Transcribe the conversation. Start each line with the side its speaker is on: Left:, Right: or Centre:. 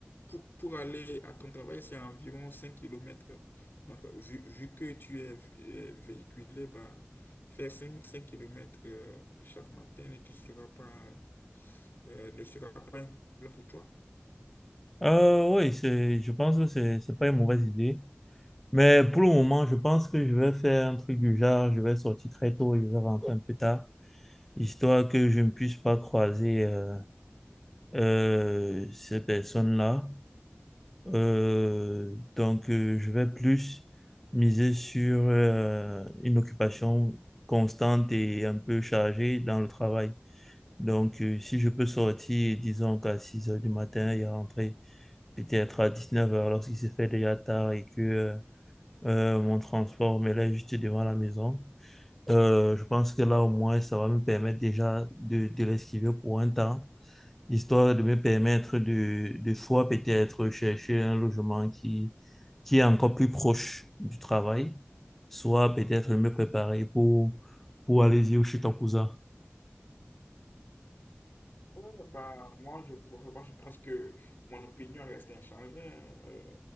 Left: pour, pour aller à ton travail, c'est environ cinq kilomètres Donc, vu, vu que tu es euh, véhiculé, bah, faire cinq cinq kilomètres euh, chaque matin et tu seras pas, euh, ne sera pas un problème pour toi.
Centre: Euh, oui, c'est, je pense que c'est, c'est pas une mauvaise idée. Mais pour le moment, je pense que je vais faire un truc du genre, je vais sortir très tôt et je vais rentrer un peu tard, histoire que je ne puisse pas croiser euh, euh, ces personnes-là. Euh, donc, euh, je vais plus miser sur euh, une occupation constante et un peu chargée dans le travail. Donc, euh, si je peux sortir, disons qu'à 6 heures du matin et rentrer peut-être à 19 heures lorsqu'il se fait déjà tard et que euh, euh, mon transport me là juste devant la maison, euh, je pense que là, au moins, ça va me permettre déjà de, de l'esquiver pour un temps histoire de me permettre de, de fois peut-être chercher un logement qui, qui est encore plus proche du travail, soit peut-être me préparer pour, pour aller vivre chez ton cousin.
Left: Ouais, ouais, bah, moi, je, moi, je pense que mon opinion reste inchangée. hein. Euh,